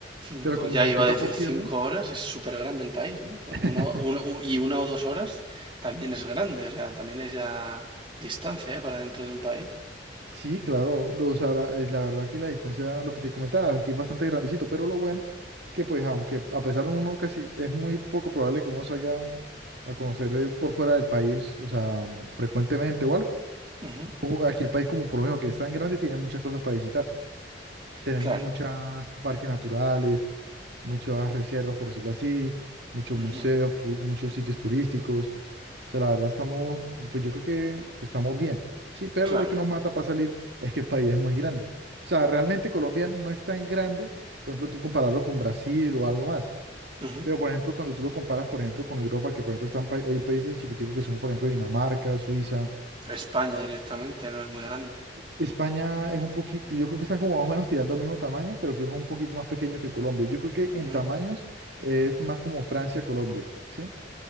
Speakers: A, on the right (about 30°); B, on the right (about 65°).
A: Cinco,
B: Pero como
A: ya iba
B: toca
A: a decir
B: por tierra,
A: cinco horas, es súper grande el país, ¿no? Pero
B: <laughs>
A: Una, o- una o- y una o dos horas también es grande, o sea, también es ya distancia, ¿eh? Para dentro de un país.
B: Sí, claro, lo- o sea, la, eh, la verdad aquí la distancia, lo que te comentaba, aquí es bastante grandecito, pero lo bueno que pues aunque a pesar de uno casi, es muy poco probable que uno salga a conocer eh, por fuera del país, o sea, frecuentemente o algo,
A: Ujú,
B: o aquí el país como por lo menos que es tan grande, tiene muchas cosas para visitar. Tenemos
A: Claro,
B: muchos parques naturales, muchas reservas, por decirlo así, muchos
A: ujú,
B: museos, pu- muchos sitios turísticos. O sea, la verdad estamos, pues yo creo que estamos bien, sí, pero
A: claro.
B: lo que nos mata para salir <laughs> es que el país es muy grande. O sea, realmente Colombia no es tan grande, por ejemplo, tú compararlo con Brasil o algo más.
A: ujú.
B: Pero, por ejemplo, cuando tú lo comparas, por ejemplo, con Europa, que por ejemplo están pa- hay países chiquiticos que son, por ejemplo, Dinamarca, Suiza.
A: España directamente no es muy grande.
B: España es un poquito, yo creo que están como más o menos tirando al mismo tamaño, pero creo que es un poquito más pequeño que Colombia. Yo creo que en
A: Ujú,
B: tamaños eh, es más como Francia, Colombia, ¿sí?